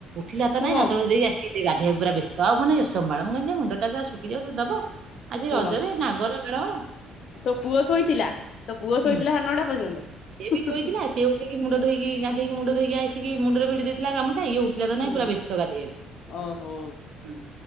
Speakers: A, on the right; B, on the left.
A: ଥିଲା ତ
B: ହଁ
A: ନାଁ ଦାନ୍ତ ଘଷି ଦେଇକି ଆସିକି ଟିକେ ଗା ଧେଇଆକୁ ପୁରା ବ୍ୟସ୍ତ ଆଉ ପୁଣି ମାନେ ଅସମ୍ଭାଳ ମୁ କହିି ନି ଯେ ମୁଣ୍ଡା ତାର ସୁଖୀ ଯାଉ ତାର ଦବ ଆଜି
B: ହଁ।
A: ରଜରେ ନାଗର <unintelligible>
B: ତୋ ପୁଅ ଶୋଇଥିଲା ତୋ ପୁଅ ଶୋଇଥିଲା
A: ହୁଁ।
B: ସାଡେ ନଅଟା ପର୍ଯ୍ୟନ୍ତ?
A: ସିଏ ବି ଶୋଇଥିଲା ସିଏ ଉଠିକି ମୁଣ୍ଡ ଧୋଇକି ଗାଧୋଇକି ମୁଣ୍ଡ ଧୋଇକି ଆସିକି ମୁଣ୍ଡରେ ଭିଡ଼ି ଦେଇଥିଲା ଗାମୁଛା ଇଏ ଉ ଠିଲା ତ ନାଇଁ
B: ହୁଁ
A: ପୁରା ବ୍ୟସ୍ତ ଗାଧେଇବାକୁ
B: ଓହୋ
A: ହୁଁ।